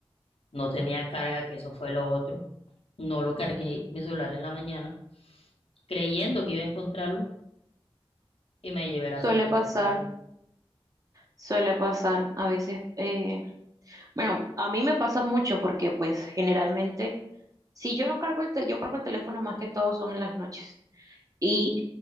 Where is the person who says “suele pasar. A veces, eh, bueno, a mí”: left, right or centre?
Right